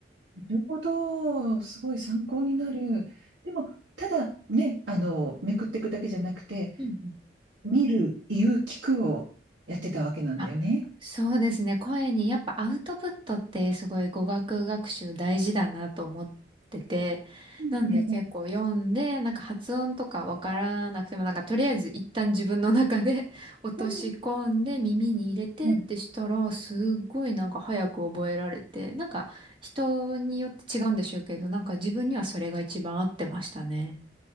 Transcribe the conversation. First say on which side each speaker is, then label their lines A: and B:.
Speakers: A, on the right; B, on the right.
A: なるほど。すごい参考になる。でも、ただね、あの、めくっていくだけじゃなくて、
B: うんうん
A: 見る、言う、聞くをやってたわけなんだよね。
B: あそうですね。声にやっぱアウトプットってすごい語学学習大事だなと思ってて、
A: うんねうん
B: なんで結構読んで、なんか発音とかわからなくても、なんかとりあえず一旦自分の中で <laughs> 落とし込んで耳に入れてってしたら、
A: うん。うん
B: すっごいなんか早く覚えられて、なんか人によって違うんでしょうけど、なんか自分にはそれが一番合ってましたね。